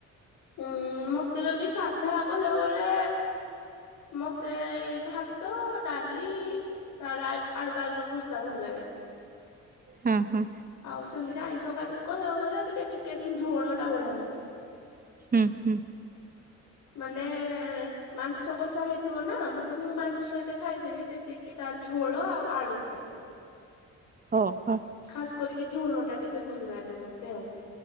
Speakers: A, on the left; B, on the right.
A: ଉଁ ମତେ ଯଦି ସାଧା କହିବ ବୋଲେ ମତେ ଭାତ ଡାଲି ତାହେଲେ ଆଳୁ ବାଇଗଣ ଭର୍ତ୍ତା ଭଲ ଲାଗେ।
B: ହଁ ହଁ।
A: ଆଉ ସେମିତି ଆଇଁଷକା ଯଦି କହିବ ବଲେ ଟିକେ ଚିକେନ୍ ଝୋଳ ଟା ବଢ଼ିଆ ଲାଗେ।
B: ହୁଁ ହୁଁ।
A: ମାନେ ମାଂସ କଷା ହେଇଥିବ ନା ମତେ ମୁଁ ମାଂସ ଏତେ ଖାଇବିନି ଯେତିକି ତାର ଝୋଳ ଆଉ ଆଳୁ ଖାଏ।
B: ଓହୋ।
A: ଖାସ୍ କରିକି ଝୋଳଟା ଟିକେ ଭଲ ଲାଗେ ମତେ ଆଉ।